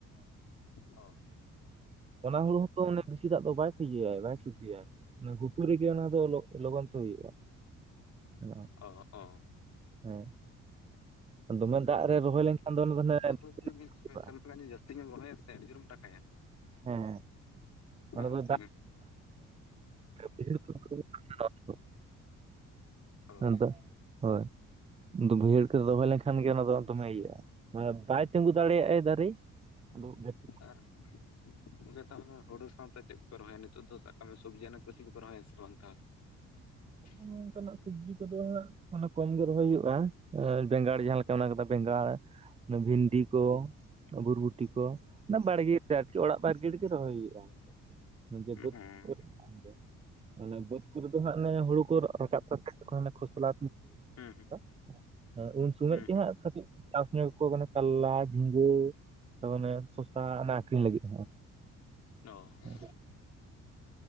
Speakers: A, on the left; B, on the right.
A: ᱚᱦᱚᱸ
B: ᱚᱱᱟ ᱦᱳᱲᱳ ᱦᱚᱸᱛᱚ ᱵᱮᱥᱤ ᱫᱟᱜ ᱫᱚ ᱵᱟᱭ <unintelligible> <unintelligible> ᱜᱮᱭᱟ ᱜᱷᱩᱴᱩ ᱨᱮᱜᱮ ᱚᱱᱟ ᱫᱚ ᱞᱚᱜᱼᱞᱚᱜᱚᱱ ᱛᱮ ᱦᱩᱭᱩᱜᱼᱟ ᱚᱱᱟ
A: ᱚ
B: ᱦᱮᱸ ᱫᱚᱢᱮ ᱫᱟᱜ ᱨᱮ ᱨᱚᱦᱚᱭ ᱞᱮᱱᱠᱷᱟᱱ ᱫᱚ <unintelligible>
A: <unintelligible>
B: ᱰᱩᱵᱟᱹᱜᱼᱟ᱾
A: ᱥᱮᱢ ᱠᱷᱚᱱᱟᱜ ᱡᱮ ᱡᱟᱹᱥᱛᱤ ᱧᱚᱜ ᱨᱚᱦᱚᱭᱟ ᱥᱮ ᱟᱹᱰᱤ ᱡᱩᱨ ᱮᱢ ᱴᱟᱠᱟ
B: ᱦᱮᱸ ᱚᱱᱟ
A: ᱦᱮᱸ
B: ᱫᱚ
A: ᱥᱮ
B: ᱫᱟᱜ <unintelligible>
A: ᱦᱳᱭ
B: <unintelligible> ᱦᱳᱭ ᱵᱟᱹᱭᱦᱟᱹᱲ ᱠᱚᱨᱮ ᱨᱚᱦᱚᱭ ᱞᱮᱱᱠᱷᱟᱱ ᱜᱮ ᱚᱱᱟ ᱫᱚ ᱫᱚᱢᱮ ᱤᱭᱼᱟ ᱵᱟᱭ ᱛᱤᱸᱜᱩ ᱫᱟᱲᱮᱭᱟᱜᱟᱭ ᱫᱟᱨᱮ <unintelligible>
A: ᱟᱨ <unintelligible> ᱜᱚᱢᱠᱮ ᱛᱟᱦᱚᱞᱮ ᱦᱩᱲᱩ ᱥᱟᱶᱛᱮ ᱪᱮᱫ ᱠᱚᱯᱮ ᱨᱚᱦᱚᱭᱟ ᱱᱤᱛᱚᱜ ᱫᱚ ᱥᱟᱵᱠᱟᱜ ᱢᱮ ᱥᱚᱵᱽᱡᱤ ᱟᱱᱟᱡ ᱯᱟᱹᱛᱤ ᱠᱚ ᱯᱮ‌ ᱨᱚᱦᱚᱭᱟ ᱥᱮ ᱵᱟᱝ ᱛᱟᱦ- <inaudible>
B: ᱦᱚᱸ ᱱᱚᱝᱠᱟᱱᱟᱜ ᱥᱚᱵᱽᱡᱤ ᱠᱚᱫᱚ ᱦᱟᱸᱜ ᱚᱱᱟ ᱠᱚᱢᱜᱮ ᱨᱚᱦᱚᱭ ᱦᱩᱭᱩᱜᱼᱟ ᱵᱮᱸᱜᱟᱲ ᱡᱟᱦᱟᱸᱮ ᱞᱮᱠᱟ ᱢᱮᱱᱟᱜ ᱠᱟᱫᱟ ᱵᱮᱸᱜᱟᱲ ᱚᱱᱟ ᱵᱷᱤᱱᱰᱤ ᱠᱚ ᱵᱩᱨᱵᱩᱴᱤ ᱠᱚ ᱚᱱᱟ ᱵᱟᱲᱜᱮ ᱟᱨᱠᱤ ᱚᱲᱟᱜ ᱵᱟᱲᱜᱮ ᱨᱮᱜᱮ ᱨᱚᱦᱚᱭ ᱦᱩᱭᱩᱜᱼᱟ ᱡᱮ
A: ᱦᱮᱸ ᱦᱮᱸ ᱚ ᱦᱩᱸ
B: <unintelligible> ᱚᱱᱮ ᱵᱟᱹᱫᱽ ᱠᱚᱨᱮ ᱫᱚ ᱦᱟᱸᱜ ᱚᱱᱮ ᱦᱩᱲᱩ ᱠᱚ ᱨᱟᱠᱟᱵ ᱛᱮ <unintelligible> ᱠᱷᱚᱥᱞᱟ
A: ᱦᱩᱸ
B: <unintelligible> ᱩᱱ ᱥᱚᱢᱚᱭ
A: ᱦᱩᱸ
B: ᱜᱮ
A: ᱦᱩᱸ
B: ᱦᱟᱸᱜ ᱠᱟᱹᱴᱤᱡ ᱪᱟᱥ <unintelligible> ᱠᱟᱞᱞᱟ ᱡᱷᱤᱸᱜᱟᱹ ᱛᱚ ᱚᱱᱮ ᱥᱚᱥᱟ ᱚᱱᱟ ᱟᱠᱷᱨᱤᱧ ᱞᱟᱹᱜᱤᱫ
A: <unintelligible>
B: <inaudible>